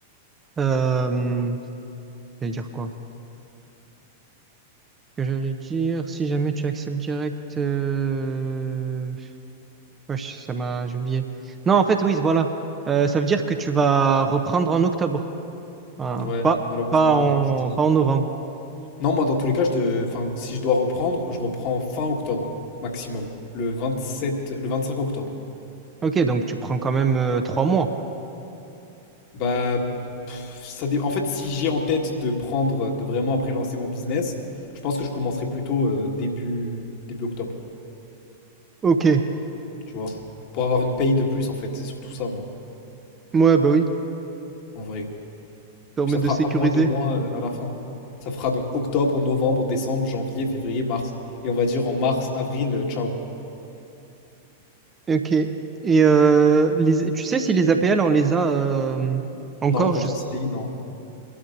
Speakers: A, on the right; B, on the left.
A: euh, j'allais dire quoi? Ce que j'allais dire, si jamais tu acceptes direct, euh, wesh, ça m'a, j'ai oublié. Non, en fait, oui, voilà. Euh, ça veut dire que tu vas reprendre en octobre. Hein,
B: ouais,
A: pas,
B: malheureusement,
A: pas en,
B: ouais. c'est ça.
A: pas en novembre.
B: Non, moi, dans tous les cas, je de... enfin, si je dois reprendre, je reprends fin octobre, maximum. Le 27 le 25 octobre.
A: Ok, donc tu prends quand même euh, trois mois.
B: Bah, pff, ça dé- En fait, si j'ai en tête de prendre, de vraiment après lancer mon business, je pense que je commencerai plutôt euh, début, début octobre,
A: Ok,
B: tu vois. Pour avoir une paye de plus, en fait. C'est surtout ça, moi,
A: moi, bah oui, ça
B: en vrai.
A: permet
B: Puis ça fera
A: de sécuriser.
B: un mois, deux mois euh, vers la fin. Ça fera donc octobre, novembre, décembre, janvier, février, mars. Et on va dire en mars, avril, euh, ciao.
A: Ok. Et euh, les, tu sais si les APL, on les a euh, encore
B: Non, quand
A: juste...
B: t'es en CDI, non.